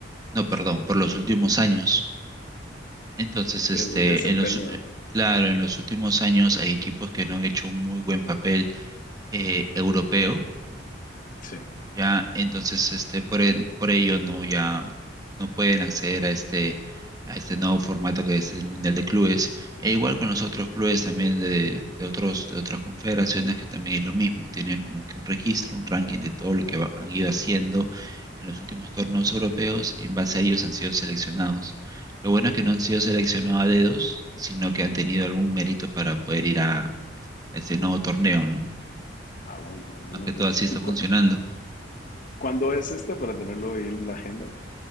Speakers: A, on the right; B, on the left.
A: no, perdón,
B: Ok,
A: por los últimos
B: ok.
A: años. Entonces, este,
B: Del desempeño,
A: en los, u- eh, claro, en los últimos años hay equipos que no han hecho un muy buen papel eh, europeo
B: sí.
A: ya, entonces, este, por, en- por ello no, ya no pueden acceder a este, a este nuevo formato que es el Mundial de Clubes. E igual con los otros clubes también de, de otros, de otras confederaciones que también es lo mismo. Tienen como que un registro, un ranking de todo lo que va- han ido haciendo en los últimos torneos europeos y en base a ellos han sido seleccionados. Lo bueno es que no han sido seleccionados a dedos, sino que han tenido algún mérito para poder ir a, a este nuevo torneo, ¿no?
B: Ah, bueno, al menos
A: Más que todo
B: eso.
A: así está
B: ¿Y, cu-
A: funcionando.
B: ¿Cuándo es este para tenerlo ahí en la agenda?